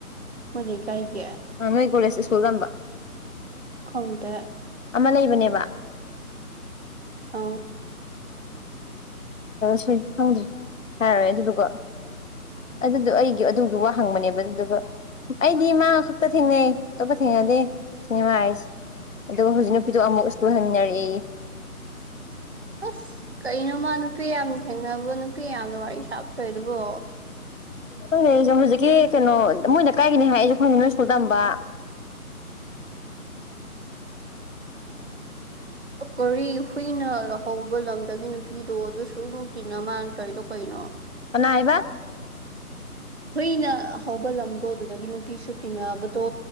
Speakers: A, on the right; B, on the left.
A: ꯃ ꯂꯩ ꯀꯥꯏꯒꯤ
B: ꯑꯪ ꯅꯣꯏ ꯀꯣꯂꯦꯖ ꯁꯀꯨꯜ ꯇꯝꯕ
A: ꯈꯪꯗꯦ
B: ꯑꯃ ꯂꯩꯕꯅꯦꯕ
A: ꯑ
B: ꯁ ꯈꯪꯗ꯭ꯔꯤ ꯍꯥꯏꯔꯔꯣꯏ ꯑꯗꯨꯗꯨꯒ ꯑꯗꯨꯗꯣ ꯑꯩꯒꯤ ꯑꯗꯨꯒꯤ ꯋꯥ ꯍꯪꯕꯅꯦꯕ ꯑꯗꯨꯗꯨꯒ ꯑꯩꯗꯤ ꯃꯥ ꯈꯛꯇ ꯊꯦꯡꯅꯩ ꯑꯇꯣꯞꯄ ꯊꯦꯡꯅꯗꯦ ꯁꯤꯅꯦꯃꯥ ꯍꯥꯏꯁꯦ ꯑꯗꯨꯒ ꯍꯧꯖꯤꯛ ꯅꯨꯄꯤꯗꯣ ꯑꯃꯨꯛ ꯁ꯭ꯀꯨꯜ ꯍꯟꯅꯔꯛꯏ
A: ꯑꯁ ꯀꯩꯅꯣꯃ ꯅꯨꯄꯤ ꯌꯥꯝꯅ ꯊꯦꯡꯅꯕꯣ ꯅꯨꯄꯤ ꯌꯥꯝꯅ ꯋꯥꯔꯤ ꯁꯥꯕ ꯇꯣꯏꯗꯨꯕꯣ
B: ꯍꯪ ꯂꯩꯁꯦ ꯍꯧꯖꯤꯛꯀꯤ ꯀꯩꯅꯣ ꯃꯣꯏꯅ ꯀꯥꯏꯒꯤꯅꯤ ꯍꯥꯏꯁꯦ ꯈꯪꯉ ꯅꯣꯏ ꯁ꯭ꯀꯨꯜ ꯇꯝꯕ
A: ꯑꯣ ꯀꯔꯤ ꯍꯨꯏꯅ ꯂꯧꯍꯧꯕ ꯂꯝꯗꯒꯤ ꯅꯨꯄꯤꯗꯣ ꯑꯗꯨꯁꯨ ꯇꯤꯟꯅ ꯃꯥꯟꯗ꯭ꯔꯣꯏꯗꯣ ꯀꯩꯅꯣ
B: ꯅꯥꯏꯕ
A: ꯍꯨꯏꯅ ꯍꯥꯎꯧꯕ ꯂꯝꯗꯣ ꯑꯗꯨꯗꯒꯤ ꯅꯨꯄꯤꯁꯨ ꯇꯤꯟꯅꯕꯗꯣ